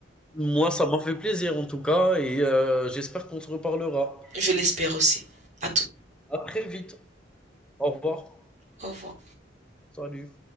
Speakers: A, in the centre; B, on the right.
A: moi ça m'a fait plaisir en tout cas et heu, j'espère qu'on se reparlera.
B: Je l'espère aussi. À tout.
A: À très vite. Au revoir.
B: Au revoir.
A: Salut.